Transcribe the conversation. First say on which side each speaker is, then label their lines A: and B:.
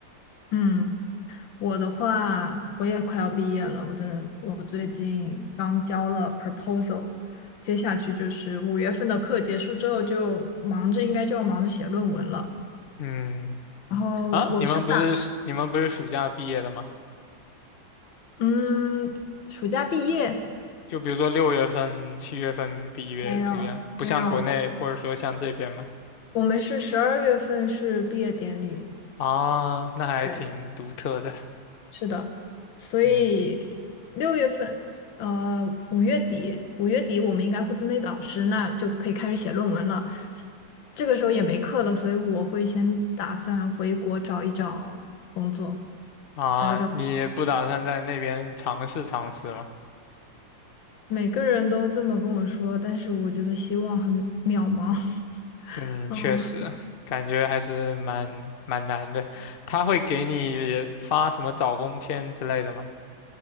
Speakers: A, on the left; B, on the left.
A: 嗯。我的话，我也快要毕业了，我真的，我最近刚交了 proposal，接下去就是五月份的课结束之后就忙着，应该就要忙着写论文了。
B: 嗯，
A: 然后我是打，
B: 啊，你们不是你们不是暑假毕业的吗？
A: 嗯，暑假毕业
B: 就比如说六月份、七月份毕业这个样不像国内或者说像这边吗？
A: 没有没有，我我们是十二月份是毕业典礼，
B: 啊，那还挺独特的。
A: 对，是的，所以六月份，
B: 嗯，
A: 呃，五月底，五月底我们应该会分配导师，那就可以开始写论文了。这个时候也没课了，所以我会先打算回国找一找工作，
B: 啊，
A: 找一找。
B: 你不打算在那边尝试尝试吗？
A: 每个人都这么跟我说，但是我觉得希望很渺茫。<laughs>
B: 嗯，
A: 嗯，
B: 确实，感觉还是蛮蛮难的。他会给你发什么找工签之类的吗？